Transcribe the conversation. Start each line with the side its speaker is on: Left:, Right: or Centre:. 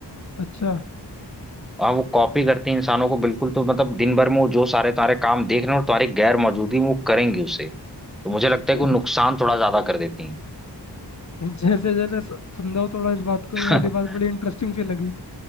Left: अच्छा
Centre: हाँ वो कॉपी करती हैं इंसानों को बिल्कुल तो मतलब दिन भर में वो जो सारे तुम्हारे काम देख रहे हैं और तुम्हारी गैर मौजूदगी में वो करेंगी उसे तो मुझे लगता
Left: <laughs>
Centre: है कि वो नुकसान थोड़ा ज्यादा कर देती
Left: जैसे जैसे स- समझाओ थोड़ा इस बात को ये वाली
Centre: हैं <laughs>
Left: बात बड़ी इंटरेस्टिंग सी लगी